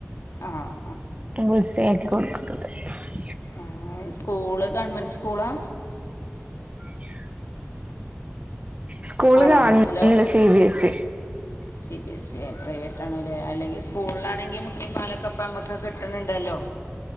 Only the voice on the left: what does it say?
ആഹ്
ആഹ് സ്കൂള് ഗവൺമെന്റ് സ്കൂളാ
ആണോ
ഹലോ
C B S E private ആണ അല്ലെിൽ സ്കൂളില ആണ ആണെങ്കി മുട്ടിയ പാലൊക്കെപ്പ നമുക്ക് കിട്ടുന്നുണ്ടല്ലോ